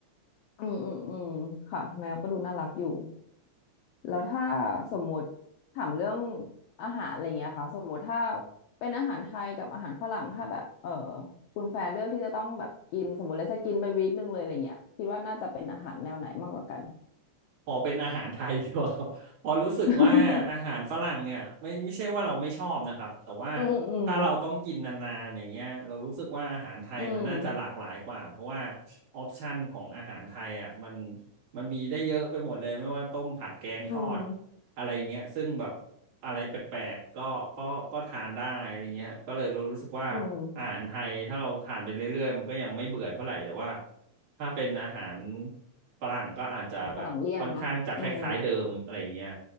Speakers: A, on the left; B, on the right.
A: อืมอืมอืมค่ะแมวก็ดูน่ารักอยู่แล้วถ้าสมมติถามเรื่องอาหารอะไรเงี้ยค่ะสมมติถ้าเป็นอาหารไทยกับอาหารฝรั่งถ้าแบบเออคุณแฟนเลือกที่จะต้องแบบกินสมมติแล้วจะกินไปวีคหนึ่งเลยอะไรเงี้ยคิดว่าน่าจะเป็นอาหารแนวไหนมากกว่ากัน
B: ขอเป็นอาหารไทยดีกว่าครับ <laughs> เพราะรู้สึกว่าอาหารฝรั่งเนี่ยไม่ไม่ใช่ว่าเราไม่ชอบนะครับแต่ว่า
A: <laughs> อืม <laughs> อืม
B: ถ้าเราต้องกินนานๆอย่างเงี้ยเรารู้สึกว่าอาหารไทยมันน่าจะหลากหลายกว่าเพราะว่า
A: อืม
B: ออปชันของอาหารไทยอ่ะมันมันมีได้เยอะไปหมดเลยไม่ว่าต้มผัดแกงทอด
A: อืม
B: อะไรเงี้ยซึ่งแบบอะไรแปลกๆก็ก็ก็ทานได้อะไรเงี้ยก็เลยรู้สึกว่า
A: อืม
B: อาหารไทยถ้าเราทานไปเรื่อยๆมันก็ยังไม่เบื่อเท่าไหร่แต่ว่าถ้าเป็นอาหารฝรั่งก็อาจจะแบบค่อนข้างจะคล้ายๆเดิมอะไรอย่างเงี้ย
A: อืมฝรั่งเลี่ยนเนาะอืม